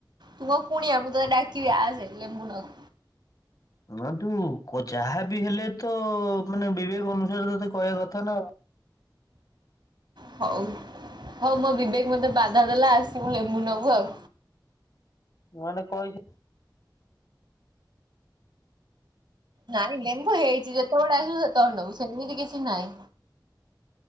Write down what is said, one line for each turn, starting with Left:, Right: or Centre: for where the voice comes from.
Right: ତୁ ମୋ କୁଣିଆ ମୁଁ ତତେ ଡାକିବି ଆସେ ଲେମ୍ବୁ ନବୁ।
Left: ହଁ ତୁ ଯାହାବି ହେଲେ ତ ମାନେ ବିବେକ ଅନୁସାରେ ତତେ କହିବା କଥା ନା ଆଉ
Right: ହଉ ହଉ ମୋ ବିବେକ ମତେ ବାଧା ଦେଲା ଆସିବୁ ଲେମ୍ବୁ ନେବୁ ଆଉ।
Left: ମାନେ କହି
Right: ନାଇଁ ଲେମ୍ବୁ ହେଇଛି ଯେତେବେଳେ ଆସିବୁ ସେତେବେଳେ ନେବୁ ସେମିତି କିଛି ନାହିଁ।